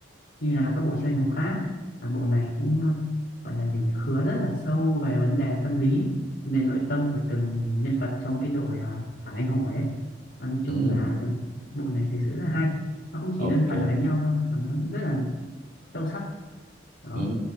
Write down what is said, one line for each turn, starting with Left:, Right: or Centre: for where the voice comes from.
Left: như là các bộ chuyên ngành khác à, bộ này cũng ờ, gọi là gì nhỉ? khứa rất là sâu về vấn đề tâm lý vấn đề nội tâm của từng nhân vật trong cái đội ờ, phản anh hùng ấy Và nói
Right: Ừ.
Left: chung là nó, bộ này thực sự rất là hay nó không chỉ
Right: Ok.
Left: đơn thuần là đánh nhau thôi mà nó rất là sâu sắc đó
Right: Ừ.